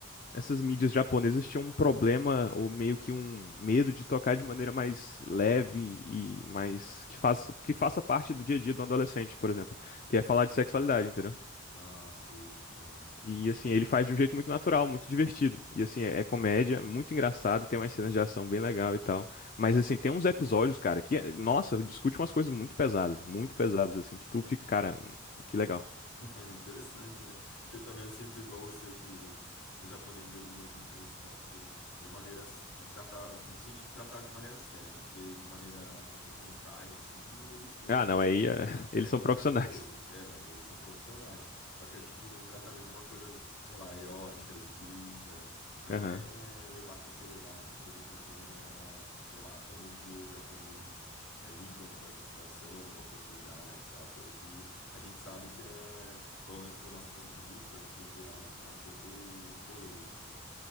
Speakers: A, on the left; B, on the left.
A: essas mídias japonesas tinham um problema ou meio que um medo de tocar de maneira mais leve e mais que faça, que faça parte do dia a dia do adolescente, por exemplo, que é falar de sexualidade, entendeu?
B: Ah, sim. aham.
A: E assim, ele faz de um jeito muito natural, muito divertido. E assim, é, é comédia, muito engraçado, tem umas cenas de ação bem legal e tal. Mas assim, tem uns episódios, cara, que, é- nossa, discute umas coisas muito pesadas, muito pesadas, assim, que tu fica, cara, hum, que legal.
B: <laughs> Interessante, né? Porque eu também eu sinto igual você que os japoneses eles evitam esse tópico de, de maneiras de tratar, no sentido de tratar de maneira séria, né? Porque de maneira como hentai, assim, eles, eles
A: Ah, não, aí é, <laughs> eles
B: É
A: são
B: outra
A: profissionais.
B: coisa. É, eles são profissionais. Só que é tipo um tratamento de uma coisa, sei lá, erótica, explícita. Não
A: Aham.
B: é levar com seriedade, por exemplo, o tema, sei lá, como que os japoneses é, lidam com essa situação, com a proximidade e tal. Coisa que a gente sabe que é, pelo menos do nosso ponto de vista cultural, é um pouco polêmico, assim.